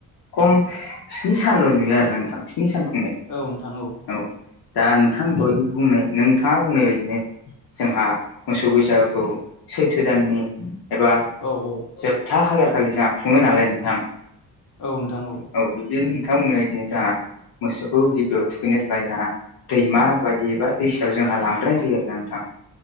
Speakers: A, on the left (about 80°); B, on the left (about 55°).
A: खम स्नि सानल' नुयो आरो नोंथां स्नि सान खुंनाय।
B: औ नोंथां औ।
A: औ दा नोंथांङा दोहाय बुंनो‌ नोंथांङा बुंनाय बायदिनो जोंहा मोसौ बैसागोखौ सैथो दाननि एबा
B: औ-औ
A: जोबथा खालारखालि जोंहा खुङो नालाय नोंथां
B: औ नोंथां औ
A: औ बिदिनो नोंथांमोना इदिनो जोहा मोसौखौ गिबियाव थुखैनो थाखाय जोंहा दैमा बायदि एबा दैसायाव जोंहा लांग्रााय जायो आरो ना थां